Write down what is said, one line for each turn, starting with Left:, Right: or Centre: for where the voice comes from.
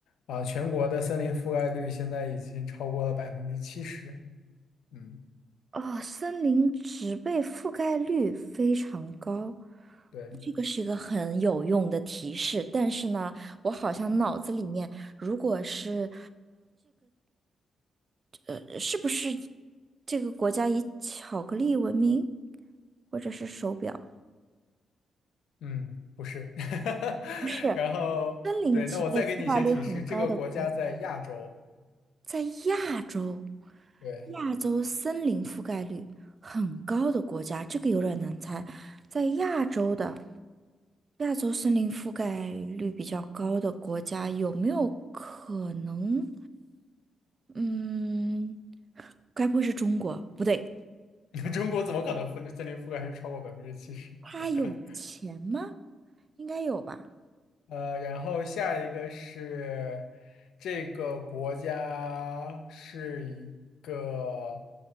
Left: 啊，全国的森林覆盖率现在已经超过了百分之七十。嗯，
Right: 哦，森林植被覆盖率非常高，
Left: 对，
Right: 这个是一个很有用的提示。但是呢，我好像脑子里面，如果是，呃，是不是这个国家以巧克力闻名，或者是手表？
Left: 嗯，不是。<laughs>
Right: 不是，
Left: 然后对，
Right: 森林植被覆盖率很高的国家，
Left: 那我再给你一些提示，这个国家在亚洲。
Right: 在亚洲，
Left: 对，
Right: 亚洲森林覆盖率很高的国家，这个有点难猜，在亚洲的。亚洲森林覆盖率比较高的国家有没有可能？嗯，该不会是中国？不对，
Left: <laughs> 中国怎么可能覆森林覆盖率超过百分之七十？
Right: 他有钱吗？
Left: <laughs>
Right: 应该有吧，
Left: 呃，然后下一个是这个国家是一个，